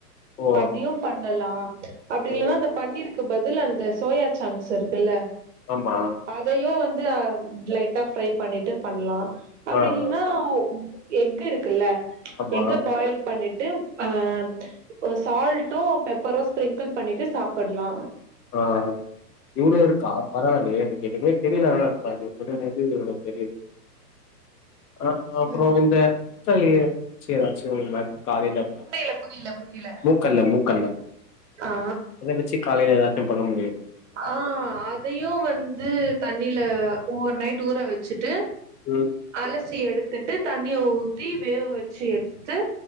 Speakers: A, on the left; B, on the right.
A: ஓ
B: அப்டியும் பண்ணலா அப்டி இல்லன்னா
A: ஓ
B: அந்த பண்ணிருக்கு பதில் அந்த சோயா சங்ஸ் இருக்குல்ல
A: ஆமா
B: அதையோ வந்து அ லைட்டா ஃப்ரை பண்ணிட்டு பண்ணலா அப்டி
A: ஆ
B: இல்லன்னா
A: ஆ
B: எக் இருக்குல்ல
A: ஆமா
B: எக்கு பாயில் பண்ணிட்டு அ ஓ சால்ட்டும் பெப்பரோ ஸ்பிரிங்கிள் பண்ணிட்டு சாப்புடலா
A: ஆ இங்க இருக்கா பரவாயில்லயே எனக்கு நிறைய தெரியல ஆனா நீங்க சொல்லுறது தெரிது அ அப்பறோ
B: ம்
A: இந்த <unintelligible> <unintelligible> காலையில
B: புரியல புரியல புரியல
A: மூக்கல்ல மூக்கல்ல
B: ஆ
A: அத வச்சு காலையில ஏதாச்சு பண்ண முடியுமா
B: ஆ அதயு வந்து தண்ணில ஓவர் நைட்டு ஊற வச்சுட்டு
A: ம்
B: அலசி எடுத்துட்டு தண்ணிய ஊத்தி வேவ வச்சு எடுத்து